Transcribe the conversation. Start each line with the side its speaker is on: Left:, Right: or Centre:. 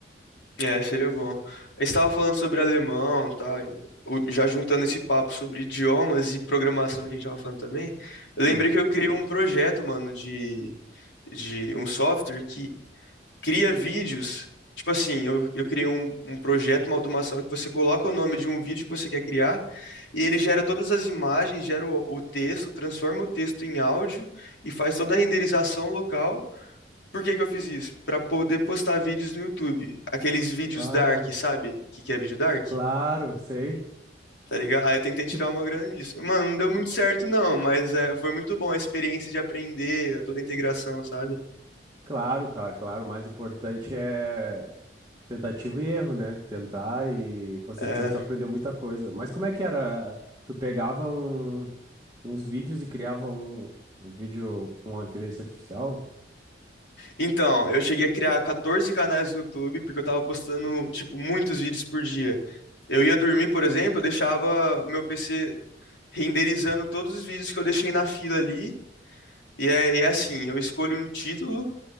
Left: É, seria bom. Eu estava falando sobre alemão e tal, e o- já juntando esse papo sobre idiomas e programação que a gente estava falando também, eu
Right: Hum.
Left: lembrei que eu criei um projeto, mano, de, de um software que cria vídeos. Tipo assim, eu, eu criei um, um projeto, uma automação que você coloca o nome de um vídeo que você quer criar e ele gera todas as imagens, gera o, o texto, transforma o texto em áudio e faz toda a renderização local. Por que que eu fiz isso? Pra poder postar vídeos no YouTube. Aqueles vídeos
Right: Ah,
Left: dark, sabe? O que que é vídeo dark?
Right: claro, sei.
Left: Tá ligado? Aí eu tentei tirar
Right: Tipo,
Left: uma grana nisso. Mano, não deu muito certo não, mas é, foi muito bom a experiência de aprender, toda a integração, sabe?
Right: claro, cara, claro. O mais importante é tentativa e erro, né? Tentar e com certeza
Left: É.
Right: tu aprendeu muita coisa. Mas como é que era? Tu pegava um- uns vídeos e criava um, um vídeo com uma inteligência artificial?
Left: Então, eu cheguei a criar 14 canais no YouTube porque eu tava postando, tipo, muitos vídeos por dia. Eu ia dormir, por exemplo, eu deixava meu PC renderizando todos os vídeos que eu deixei na fila ali. E é, e é assim, eu escolho um título,